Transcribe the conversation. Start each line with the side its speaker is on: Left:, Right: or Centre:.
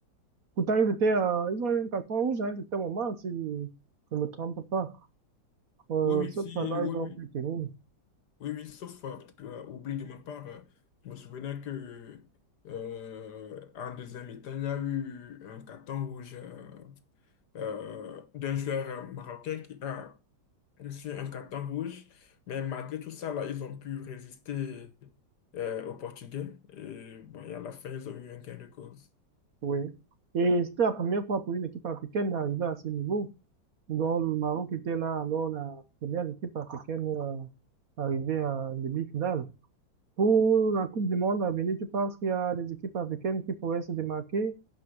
Right: Pourtant, ils étaient, euh, ils ont eu un carton rouge à un certain moment, si je ne me trompe pas. Euh,
Left: Oui, oui,
Right: cependant,
Left: si, oui,
Right: ils ont
Left: oui.
Right: pu tenir.
Left: Oui, oui, sauf, euh, peut-être que, euh, oubli de ma part, euh, je me souvenais que euh, en deuxième mi-temps, il y a eu un carton rouge euh, euh, d'un joueur euh, marocain qui a reçu un carton rouge. Mais malgré tout ça, là, ils ont pu résister euh, aux Portugais. Et bon, et à la fin, ils ont eu un gain de cause.
Right: Oui. Et c'était la première fois pour une équipe africaine d'arriver à ce niveau. Donc, le Maroc était là, alors la première équipe africaine euh, arrivée à demi-finale. Pour la Coupe du Monde à venir, tu penses qu'il y a des équipes africaines qui pourraient se démarquer